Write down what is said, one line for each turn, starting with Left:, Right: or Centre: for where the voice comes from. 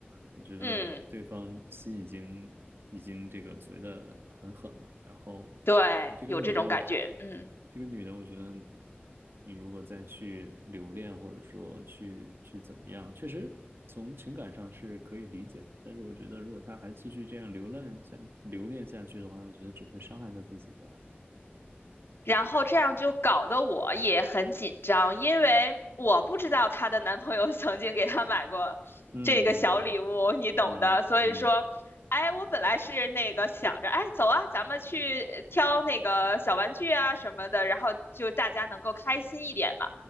Right: 我觉得对方心已经已经这个所谓的很狠了，
Left: 嗯，
Right: 然后
Left: 对，
Right: 这个女的我。
Left: 有这种感觉，嗯。
Right: 这个女的，我觉得你如果再去留恋，或者说去去怎么样，确实从情感上是可以理解的。但是我觉得，如果她还继续这样留恋下留恋下去的话，我觉得只会伤害她自己吧。
Left: 然后这样就搞得我也很紧张，因为我不知道她的男朋友 <laughs> 曾经给她买过这个小礼物，
Right: 嗯
Left: 你懂的。
Right: 嗯嗯，
Left: 所以说，哎，我本来是那个想着，哎，走啊，咱们去呃挑那个小玩具啊什么的，然后就大家能够开心一点嘛。